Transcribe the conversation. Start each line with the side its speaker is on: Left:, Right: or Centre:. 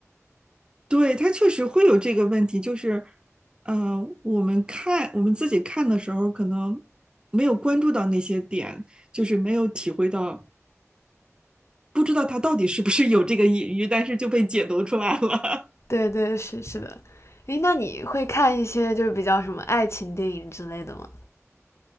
Right: 对，它确实会有这个问题，就是，呃，我们看我们自己看的时候，可能没有关注到那些点。就是没有体会到不知道他到底是不是有这个隐喻，但是就被解读出来了。
Left: 对对，是是的。诶，那你会看一些就是比较什么爱情电影之类的吗？